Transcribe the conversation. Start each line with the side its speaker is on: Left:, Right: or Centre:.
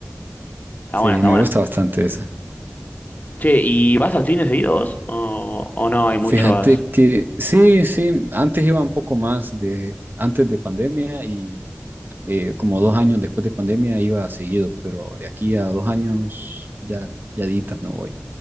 Left: Está
Right: Sí,
Left: buena, está
Right: me
Left: buena.
Right: gusta bastante esa.
Left: Che, ¿y vas al cine seguido vos? ¿O, o no hay muchos?
Right: Fíjate que sí, sí, antes iba un poco más de, antes de pandemia y eh, como dos años después de pandemia iba seguido, pero de aquí a dos años ya, ya ditas no voy.